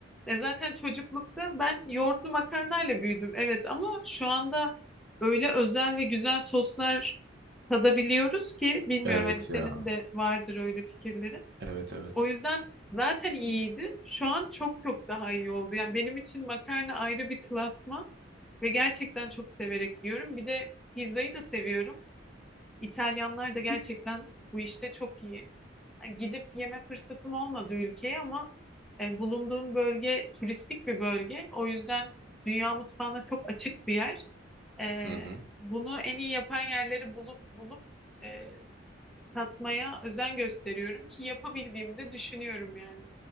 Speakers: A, in the centre; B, on the right (about 60°).
A: E, zaten çocuklukta ben yoğurtlu makarnayla büyüdüm. Evet ama şu anda öyle özel ve güzel soslar tadabiliyoruz ki bilmiyorum
B: Evet
A: hani senin
B: ya.
A: de vardır öyle fikirlerin.
B: Evet evet.
A: O yüzden zaten iyiydi. Şu an çok çok daha iyi oldu. Yani benim için makarna ayrı bir klasman. Ve gerçekten çok severek yiyorum. Bir de pizzayı da seviyorum. İtalyanlar da gerçekten bu işte çok iyi. Yani gidip yeme fırsatım olmadı ülkeye ama e, bulunduğum bölge turistik bir bölge. O yüzden dünya mutfağına çok açık bir yer. E,
B: Hı hı.
A: bunu en iyi yapan yerleri bulup bulup e, katmaya özen gösteriyorum ki yapabildiğimi de düşünüyorum yani.